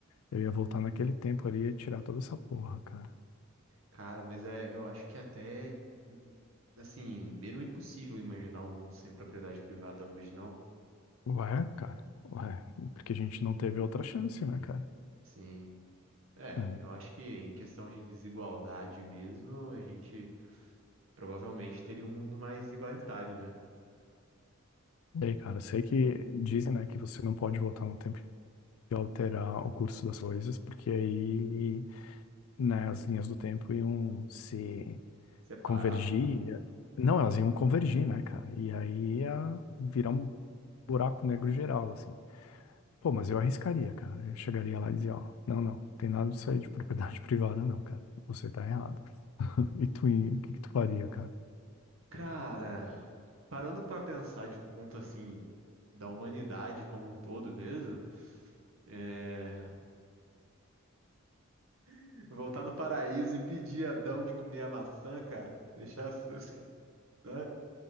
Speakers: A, on the left (about 85°); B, on the right (about 70°).
A: Eu ia
B: Hum,
A: voltar
B: hum.
A: naquele tempo ali e ia tirar toda essa porra, cara.
B: Cara, mas é, eu acho que até, assim, beira o impossível imaginar um mundo sem propriedade privada hoje, não?
A: Ué, cara, ué, porque a gente não teve outra chance, né, cara?
B: Sim. É,
A: É.
B: eu acho que em questão de desigualdade mesmo, a gente provavelmente teria um mundo mais igualitário, né?
A: E aí, cara, sei que dizem, né, que você não pode voltar no tempo e alterar o curso das coisas, porque aí, né, as linhas do tempo iam se
B: Separar.
A: convergir. Não, elas iam convergir, né, cara? E aí ia virar um buraco negro geral, assim. Pô, mas eu arriscaria, cara. Eu chegaria lá e dizia, ó, não, não, tem nada disso aí de propriedade <laughs> privada, não, cara. Você tá errado. E tu, o que que tu faria, cara?
B: Cara, parando pra pensar de um ponto assim, da humanidade como um todo mesmo, é, <laughs> voltar no paraíso, impedir Adão de comer a maçã, cara, deixar. <laughs> né?